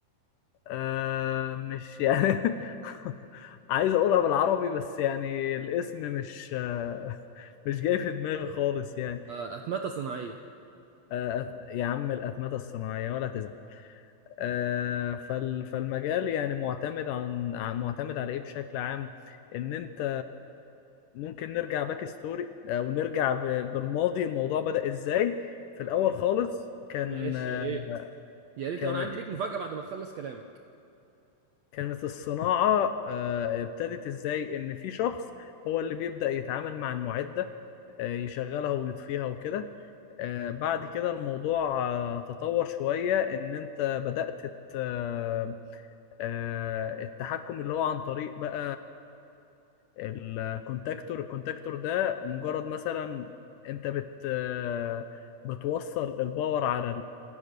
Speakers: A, on the left; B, on the right.
A: آه مش يعني <laughs> عايز اقولها بالعربي بس يعني الاسم مش آه مش جاي في دماغي خالص يعني
B: آه، اتمته صناعيه
A: آه يا عم الأتمتة الصناعية ولا تزعل آه فال فالمجال يعني معتمد عن ع- معتمد على ايه بشكل عام ان انت ممكن نرجع باك ستوري او نرجع ب- بالماضي الموضوع بدأ ازاي في الاول
B: اه
A: خالص كان
B: ماشي
A: آه،
B: يا ريت يا ريت
A: كانت
B: انا عندي ليك مفاجأة بعد ما تخلص كلامك
A: كانت الصناعة آه، ابتدت ازاي ان في شخص هو اللي بيبدأ يتعامل مع المعدة آه، يشغلها ويطفيها وكده آه، بعد كده الموضوع آه، تطور شوية إن أنت بدأت ت- آه، آه، التحكم اللي هو عن طريق بقى الكونتاكتور الكونتاكتور ده مجرد مثلا أنت بت آه، بتوصل الباور على